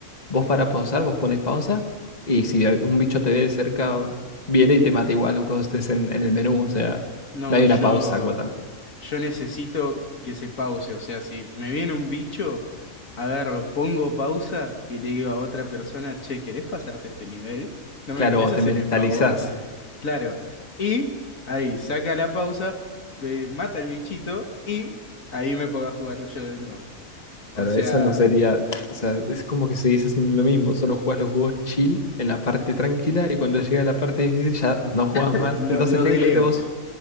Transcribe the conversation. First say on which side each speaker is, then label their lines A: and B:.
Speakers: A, on the left (about 30°); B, on the left (about 75°).
A: Vos para pausar, vos pones pausa y si hay- un bicho te ve de cerca, viene y te mata igual, aunque vos estés en, en el menú, o sea,
B: No,
A: no hay una
B: yo,
A: pausa como tal.
B: yo necesito que se pause. O sea, si me viene un bicho, a ver, lo pongo pausa y le digo a otra persona, che, ¿querés pasarte este nivel? ¿No
A: Claro,
B: me querés
A: o
B: hacer
A: te mentalizás.
B: el favor? Claro. Y ahí saca la pausa, ve- mata al bichito y ahí me pongo a jugar yo de nuevo. O
A: Claro,
B: sea,
A: eso no sería, o sea, es como que se dice siempre lo mismo, solo jugás los juegos chill en la parte tranquila y cuando llega la parte difícil ya no jugás
B: <laughs>
A: más.
B: lo,
A: Entonces
B: lo
A: técnicamente
B: delego.
A: vos